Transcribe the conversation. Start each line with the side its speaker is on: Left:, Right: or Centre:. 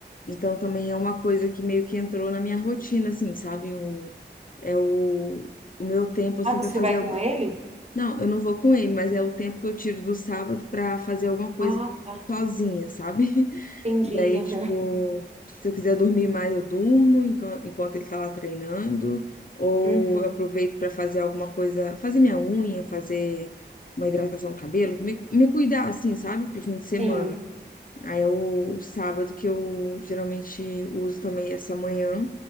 Left: Então também é uma coisa que meio que entrou na minha rotina, assim, sabe? Um- É o, o meu tempo, assim,
Right: Ah, você
Left: para fazer
Right: vai
Left: algo.
Right: com ele?
Left: Não, eu não vou com ele, mas é o tempo que eu tiro do sábado para fazer alguma coisa
Right: Ah, tá.
Left: sozinha, sabe? <laughs>
Right: Entendi.
Left: E aí,
Right: aham.
Left: tipo, se eu quiser dormir mais, eu durmo enquanto, enquanto ele tá lá treinando, ou
Right: Uhum.
Left: eu aproveito para fazer alguma coisa, fazer minha unha, fazer uma hidratação no cabelo, me, me cuidar, assim, sabe, pro fim de semana.
Right: Sim.
Left: Aí é o, o sábado que eu geralmente uso também essa manhã